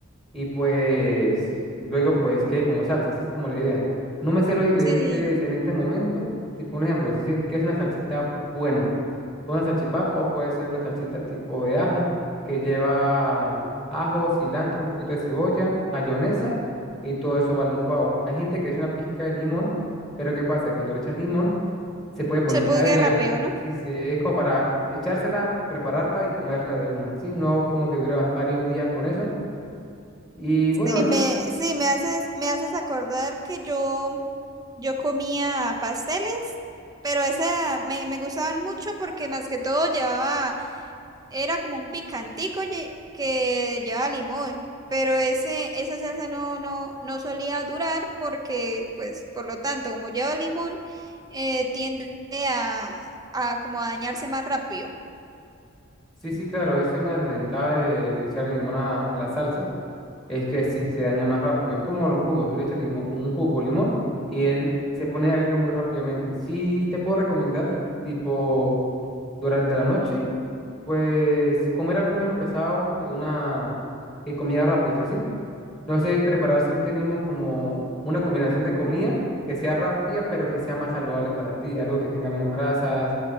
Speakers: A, in the centre; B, on the right.
A: Y pues luego pues quede como salsa, así es como la idea. No me sé los ingredientes
B: Sí,
A: en este momento. Tipo un ejemplo, si se- quieres una salsita buena, una salchipapa o puede ser una salsita tipo de ajo que lleva ajo, cilantro, un poquito de cebolla, mayonesa y todo eso va licuado. Hay gente que le echa una pizca de limón, pero ¿qué pasa? Cuando le echas limón se puede poner
B: se puede
A: agria.
B: rápido, ¿no?
A: Sí, sí, es como para echársela, prepararla y comerla de una, ¿sí? No como que dura varios días con eso. Y bueno,
B: Sí,
A: eso
B: me,
A: es
B: sí, me haces, me haces acordar que yo, yo comía pasteles, pero esa me, me gustaban mucho porque más que todo llevaba Era como un picantico lle- que llevaba limón, pero ese, esa salsa no, no, no solía durar porque, pues, por lo tanto, como lleva limón, eh, tiende a, a como a dañarse más rápido.
A: Sí, sí, claro, esa es una desventaja de, de echar limón a, a las salsas, es que sí, se daña más rápido. Es como los jugos, tú le echas limón, un jugo limón y él se pone agrio muy rápidamente. Sí, te puedo recomendar, tipo, durante la noche, pues comer algo menos pesado que una que comida rápida, eso sí. No sé, prepararse usted mismo como una combinación de comida que sea rápida, pero que sea más saludable para ti, algo que tenga menos grasas,